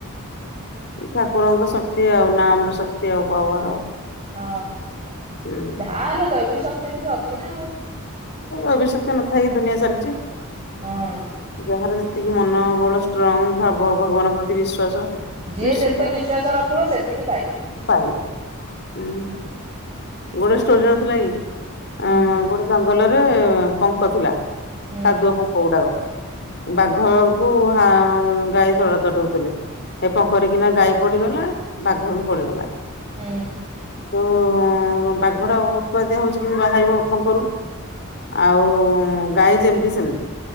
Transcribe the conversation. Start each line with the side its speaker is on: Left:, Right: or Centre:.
Left: ଠାକୁରଙ୍କ ଶକ୍ତି ଆଉ ନା ଆମର ଶକ୍ତି ଆଉ ପାୱାର ଆଉ।
Right: ହଁ
Left: ହୁଁ।
Right: ଯାହା ହେଲେ ଦୈବିକ ଶକ୍ତି କିଛି ଅଛି। ନା ଆଉ
Left: ଅଭିିଶ୍ୟକ୍ତି ନ ଥାଇ ଦୁନିଆ ଚାଲିଚି।
Right: ହଁ।
Left: ଯାହାର ଯେତିକି ମନ ବଳ ଷ୍ଟ୍ରଙ୍ଗ ଭାବ ଭଗବାନ ପ୍ରତି ବିଶ୍ଵାସ।
Right: ଯିଏ
Left: ନିଶ୍ଚିନ୍ତ
Right: ଯେତେ
Left: ଭାବରେ
Right: ବିଶ୍ୱାସ ରଖିବ ସେତିକି ପାଇବ।
Left: ପାଇବ ହୁଁ ଗୋଟେ ଷ୍ଟୋରି ନଥିଲା କି?
Right: ହୁଁ
Left: ଆ ଗୋଟେ ଜଙ୍ଗଲରେ ପଙ୍କ ଥିଲା।
Right: ହୁଁ
Left: କାଦୁଅ ପଙ୍କ ଗୁଡାକ। ବାଘ କୁ ହା ଗାଈ ତଡା ତଡି ହେଉଥିଲେ। ଏ ପଙ୍କରେକିନା ଗାଈ ପଡିଗଲା। ବାଘ ବି ପଡିଗଲା।
Right: ହୁଁ।
Left: ଉ ବାଘଟା ଉତ୍ପାତିଆ ହଉଛି। କେମତି ବାହାରିବ ପଙ୍କରୁ? ଆଉ ଗାଈ, ଯେମିତି ସେମିତି